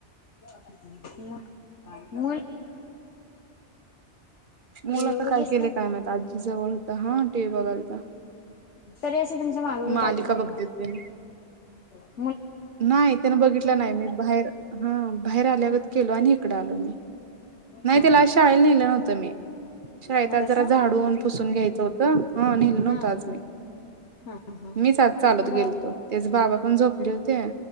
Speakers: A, on the left; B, on the right.
A: मूल मूल
B: मुल
A: टीव्ही बघत
B: तर काय
A: बसलाय
B: केले काय माहित, आजी जवळ होत हा टी व्ही बघायलता.
A: तरी अस तो तुमच्या मागी
B: मालिका
A: लागत नाही
B: बघत्यात
A: बा
B: तेनी
A: हम
B: नाही त्यान बघितलं नाही मी बाहेर हा बाहेर आल्यागत केलो आणि इकडं आलो मी. नाही
A: हा
B: त्याला आज शाळेला नेलं तुमि शाळेत
A: मग
B: आज
A: तसं
B: जरा झाडून पुसून घ्यायचं होतं. हा नेल नव्हत
A: हा
B: आज मी
A: हा हा
B: मीच आज चालत
A: मग जरा
B: गेलतो तेच बाबा पण झोपले होत ते